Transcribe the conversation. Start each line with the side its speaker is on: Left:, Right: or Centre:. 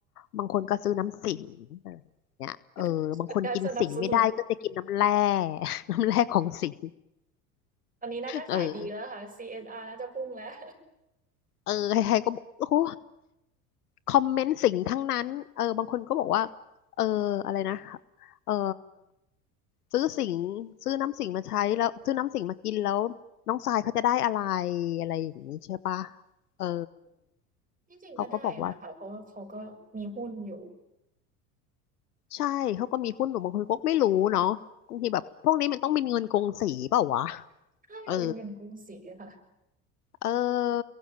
Left: บางคนก็ซื้อน้ำสิงอะไรอย่างเนี่ยเออบางคนกินสิงไม่ได้ก็จะกินน้ำแร่
Right: ๆเป็นการสนับสนุน
Left: <laughs> น้ำแร่ของสิง
Right: ตอนนี้น่าจะขายดีแล้วค่ะ
Left: เออ
Right: CSR น่าจะพุ่งแล้ว
Left: เออใครๆก็บอกโอ้โห คอมเมนต์สิ่งทั้งนั้นเออบางคนก็บอกว่าเอออะไรนะเออซื้อสิงซื้อน้ำสิงมาใช้แล้วซื้อน้ำสิงมากินแล้วน้องทรายเขาจะได้อะไรอะไรอย่างนี้ใช่ปะเออ
Right: ที่จริงก็ได้อยู่นะคะเพราะว่าเขาก็มีหุ้นอยู่
Left: เขาก็บอกว่า ใช่เขาก็มีหุ้นอยู่บางคนก็ไม่รู้เนาะบางทีแบบพวกนี้มันต้องเป็นเงินกงสีเปล่าวะ
Right: ใช่มันเป็นเงินกรุงศรีอะค่ะ
Left: เออ เออ